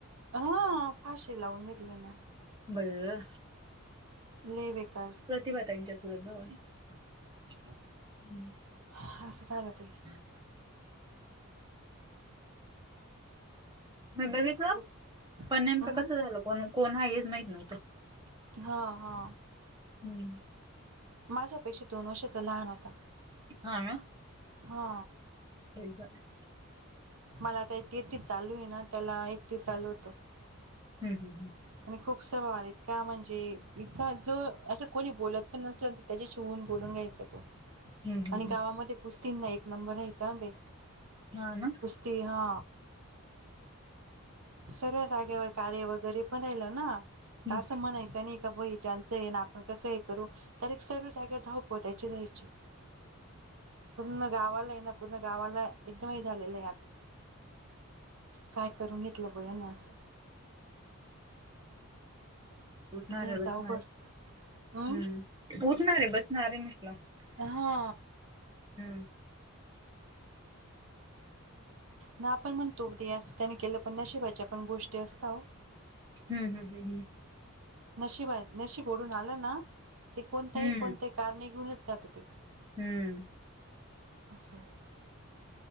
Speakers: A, on the right (about 75°); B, on the right (about 20°).
A: हा फाशी लावून घेतली ना
B: बई गं
A: लई बेकार
B: प्रतिभाताईंच्या चुलत भावाने हो हम्म
A: हा असं झालं ते
B: <unintelligible> मी बघितलं
A: खूप
B: पण नेमकं
A: अं
B: कसं झालं कोण कोण हाय हेच माहित नव्हतं.
A: हा हा
B: हम्म
A: माझ्यापेक्षा दोन वर्षाचा लहान होता.
B: हा
A: हा
B: <unintelligible>
A: मला आता तेहत्तिस चालू आहे ना त्याला एकतिस चालू होतं.
B: हम्म
A: आणि खूपसा इतका म्हणजे इतका जो असं कोणी बोलत पण नसले पजेशीव्ह होऊन बोलून घ्यायचा तो
B: हम्म, हम्म,
A: आणि
B: हम्म.
A: गावामध्ये कुस्तीन ना एक नंबर घ्यायचा बाई
B: हा ना
A: ते हा सर्वा जागेवर कार्य वगैरे पण राहिला ना
B: हम्म.
A: त असं म्हणायचं नाही का बई त्यांच हे ना आपण कस हे करू, तर एक सर्व जाग्या धावपळ त्याचीच व्हायची. पूर्ण गावाला ये ना, पूर्ण गावाला एकदम हे झालेलं आहे आत, काय करून घेतलं बया न अस
B: उठणार
A: लयच
B: आहे बसणार,
A: अवघड अं?
B: हम्म उठणार, बसणार म्हटलं
A: हा
B: हम्म
A: न आपण म्हणतो ते अस त्यान केलं पण नशिबाच्या पण गोष्टी असता ओ.
B: हम्म हं हं हं
A: नशीब हाय, नशीब ओढवून आलं ना ते कोणतही
B: हम्म
A: कोणत्याही कारण घेऊनच जात ते.
B: हम्म.
A: असय सग